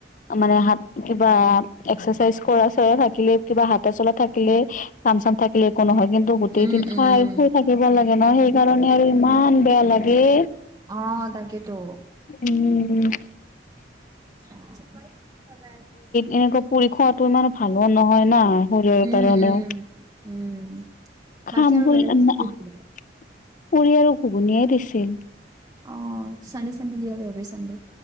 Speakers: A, on the left (about 45°); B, on the right (about 20°).
A: মানে হাত কিবা এক্সাৰচাইজ কৰা লা থাকিলে কিবা হা চলা থাকে থাকিলে কাম চাম থাকিলে একো নহয় কিন্তু গোটেই
B: উম,
A: দিন খাই
B: উম,
A: শুই থাকিব লাগে ন সেইকাৰণে আৰু ইমান বেয়া লাগে
B: অ', তাকেতো
A: উম
B: প ভল
A: এনেকে পুৰি খোৱাতটো ইমান ভালো নহয় না শৰীৰৰ
B: উম,
A: কাৰণেও
B: উম। উম,
A: খাম
B: বাকী আৰু
A: বুলি
B: বেলেগ
A: পৰিয়ালক
B: কি কি দিয়ে
A: ঘুগুনিয়াই দিছিল
B: অ চান্ চানি দিয় আৰু ব চান্দে